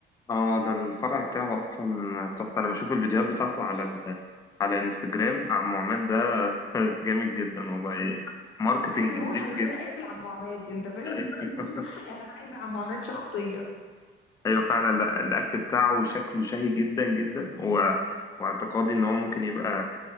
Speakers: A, on the left (about 15°); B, on the left (about 80°).
A: اه ده الفرع بتاعه اصلا تحفه انا بشوف الفيديوهات بتاعته
B: تحفة
A: على ال... على انستجرام عم عماد ده جامد جدا والله ماركتنج
B: أنا عايزة
A: جديد
B: أروح علشان
A: جدا
B: أقابل عم عماد أنت فاهم
A: <laughs>
B: <laughs> يعني أنا عايزة عم عماد شخصيا
A: ايوه فعلا لا، الاكل بتاعه شكله شهي جدا جدا و... واعتقادي ان هو ممكن يبقى